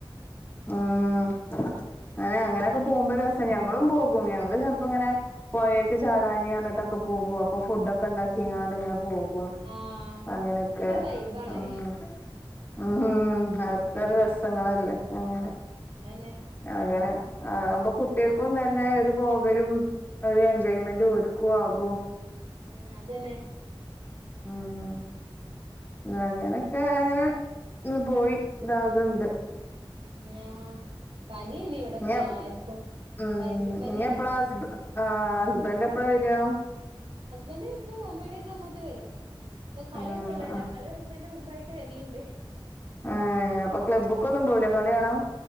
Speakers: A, on the left; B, on the right.
A: ആഹ്.
B: ഉം
A: അങ്ങനെ അങ്ങനെയൊക്കെ പോകുമ്പോ രസംഞങ്ങളും പോകും ഞങ്ങള് ചെലപ്പോ ങ്ങനെ പൊയെക്ക് ചാടാന് പറഞ്ഞ്ട്ടൊക്കെ പോകും അപ്പൊ ഫു‌ഡോക്കെ ഇണ്ടാക്കിങ്ങാണ്ട് ങ്ങനെ പോകും
B: ആഹ്
A: അങ്ങനൊക്കെ
B: അതൊരു വൈബാണ്
A: ആഹ്- ഉം അഒക്കെ ഒര് രസങ്ങളല്ലേ അങ്ങനെ-
B: അതെന്നെ-
A: അങ്ങനെ അതാവുമ്പ കുട്ടികൾക്കും തന്നെ ഒരു പോകലും. ഒരു എൻജോയ്മെന്റ് ഓര്ക്കും ആകും.
B: ഉം. അതന്നെ-
A: ആഹ്- ഉം അങ്ങനൊക്കെ അങ്ങനെ പോയി ഇതാക്ണ്ട്.
B: ആഹ് പനിയല്ലേ ഇവിടൊക്കെ
A: ഇനി
B: എല്ലാർക്കും
A: ഉം
B: വൈറൽ പനിയാണ്
A: <unintelligible> ആഹ് ഹസ്ബൻഡ് എപ്പഴാ വരാ
B: ഹസ്ബൻഡ് ഇപ്പം ഒമ്പേണി ഒക്കെ ആവുമ്പോത്തിന് വരും ഇപ്പം കളിയൊക്കെ
A: ആഹ്
B: ഉള്ളല്ലേ
A: ആഹ്
B: കളിതൊടങ്ങണേന്റെ മുമ്പായി <unintelligible>
A: ഏഹ് അപ്പൊ ക്ലബ്ബ്‌ക്കൊന്നും പോവൂലെ കളി കാണാൻ?